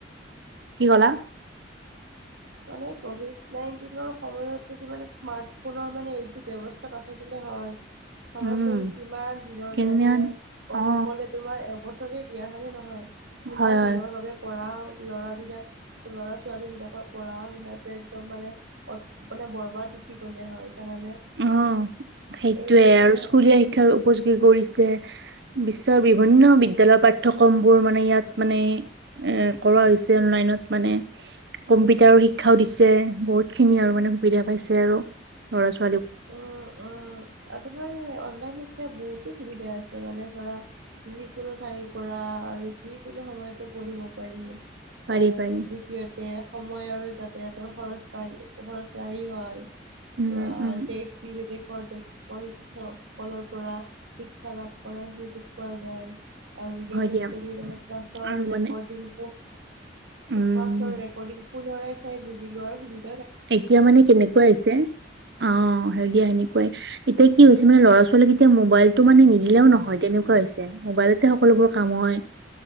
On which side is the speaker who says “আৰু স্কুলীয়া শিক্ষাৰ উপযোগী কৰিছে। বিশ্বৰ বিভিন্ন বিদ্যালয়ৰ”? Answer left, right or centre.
Right